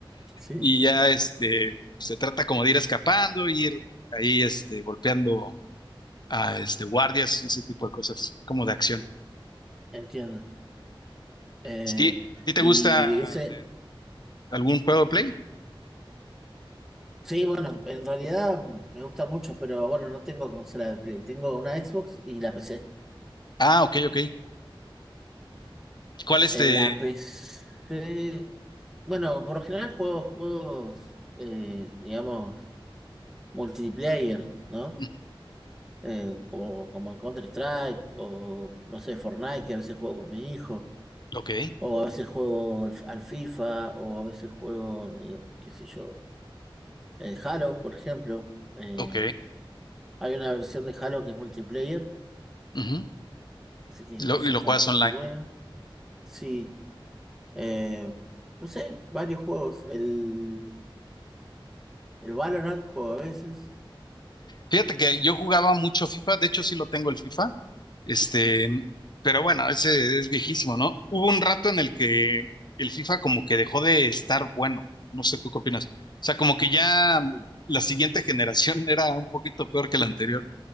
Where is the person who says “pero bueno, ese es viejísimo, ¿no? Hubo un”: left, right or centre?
Left